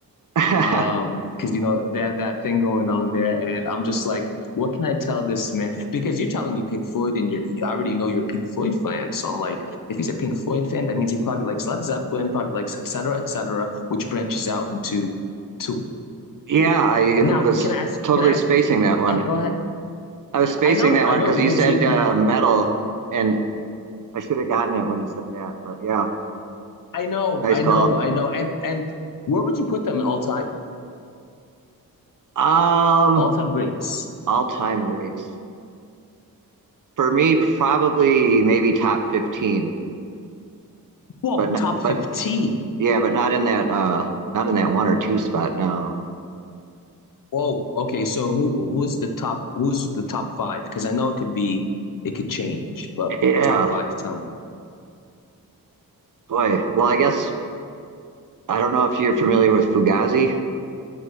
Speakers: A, on the right (about 60°); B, on the left (about 65°).
A: <laughs>
B: um because you know they have that thing going on there and i'm just like what can i tell this man because you're telling me pink floyd and you're, you already know you're a pink floyd fan so i'm like if he's a pink floyd fan that means he probably likes led zeppelin probably likes et cetera et cetera which branches out into two
A: Yeah, I
B: now
A: was
B: can i ask
A: totally
B: can i
A: spacing
B: ask
A: that one.
B: oh, go ahead
A: I was spacing
B: i know
A: that
B: i
A: one
B: know
A: because
B: because
A: you said
B: you
A: uh, metal and I should have gotten it when you said that, but yeah,
B: i know
A: nice
B: i
A: call.
B: know i know and and where would you put them in all time
A: Um,
B: all time greats
A: all time greats for me, probably maybe top fifteen,
B: whoa
A: but not,
B: top
A: but
B: 15
A: yeah, but not in that uh, not in that one or two spot. No,
B: Whoa. Okay. So who who's the top? Who's the top five? Because I know it could be it could change, but
A: yeah,
B: top five. Tell me.
A: boy. Well, I guess I don't know if you're familiar with Fugazi.